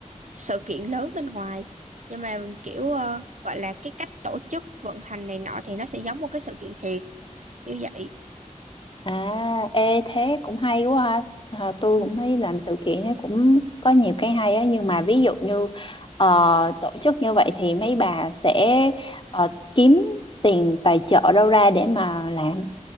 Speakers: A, on the right; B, on the left.
A: sự kiện lớn bên ngoài nhưng mà kiểu ờ, gọi là cái cách tổ chức vận hành này nọ thì nó sẽ giống một cái sự kiện thiệt như vậy
B: À, ê thế cũng hay quá ha. À, tôi
A: Ừ.
B: cũng thấy làm sự kiện nó cũng có nhiều cái hay á nhưng mà ví dụ như ờ, tổ chức như vậy thì mấy bà sẽ ờ, kiếm tiền tài trợ đâu ra để mà làm.